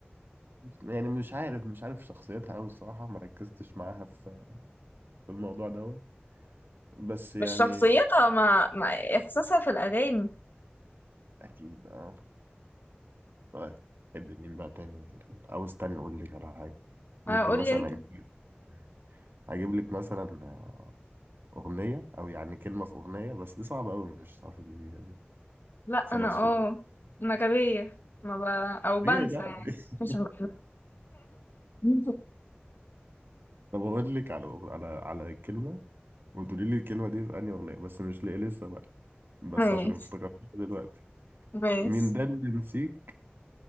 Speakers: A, on the right; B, on the left.
A: يعني مش عارف مش عارف شخصيتها أوي الصراحة ما ركزتش معاها في في الموضوع دوت بس يعني
B: مش شخصيتها مع, مع إحساسها في الأغاني
A: أكيد أه طيب تحب مين بقى تاني أو استنى أقول لك على حاجة ممكن
B: أنا أقول
A: مثلا
B: لي أنت
A: أجيب لك أجيب لك مثلا آه، أغنية أو يعني كلمة في أغنية بس دي صعبة أوي مش هتعرفي تجيبيها دي
B: لأ
A: خلاص
B: أنا
A: فوق
B: أه أنا غبية ما ب... أو بنسى
A: ليه لا
B: يعني
A: <laughs>
B: مش ب... <laughs>
A: طب اقول لك على على على كلمه وتقولي لي الكلمه دي في انهي اغنيه بس مش لاقي لسه بقى بس
B: ماشي
A: عشان افتكرتها دلوقتي
B: ماشي
A: مين ده اللي نسيك